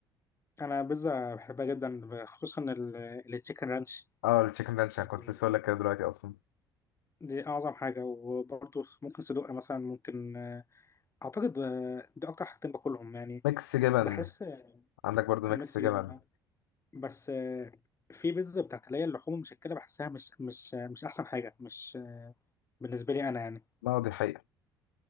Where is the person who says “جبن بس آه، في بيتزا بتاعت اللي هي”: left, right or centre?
Left